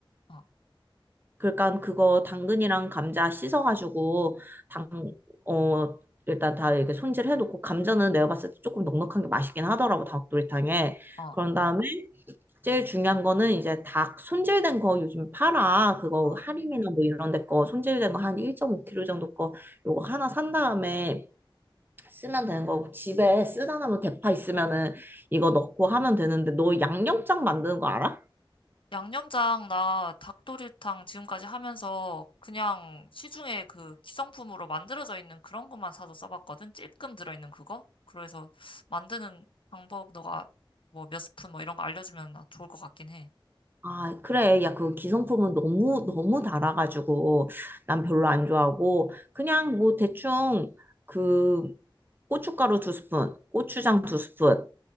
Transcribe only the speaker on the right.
그러니까 그거 당근이랑 감자 씻어가지고 당, 어, 일단 다 이렇게 손질해놓고 감자는 내가 봤을 때 조금 넉넉한 게 맛있긴 하더라고 닭도리탕에.
그런 다음에 제일 중요한 거는 이제 닭 손질된 거 요즘 팔아. 그거
할인이나 뭐 이런 데 거 손질된 거 한 1.5kg 정도 거 요거 하나 산 다음에 쓰면 되는 거고 집에 쓰다 남은 대파 있으면은 이거 넣고 하면 되는데 너 양념장 만드는 거 알아?
아, 그래. 야, 그 기성품은 너무 너무 달아가지고 난 별로 안 좋아하고 그냥 뭐 대충 그 고춧가루 두 스푼, 고추장 두 스푼,